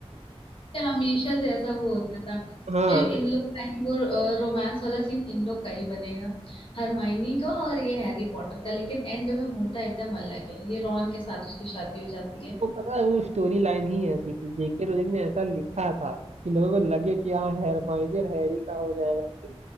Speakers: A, on the left (about 50°); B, on the right (about 85°).
A: हमेशा से ऐसा वो होता था
B: हाँ
A: कि इन लोग का ही वो रोमांस वाला सीन इन लोग का ही बनेगा हरमाइनी का और ये हैरी पॉटर का लेकिन एंड में होता एकदम अलग है ये रॉन के साथ उसकी शादी हो जाती है
B: वो पता है वो स्टोरी लाइन ही ऐसी थी जेके रोलिंग ने ऐसा लिखा था कि लोगों को लगे कि हाँ हरमाइनी और हैरी का हो जाएगा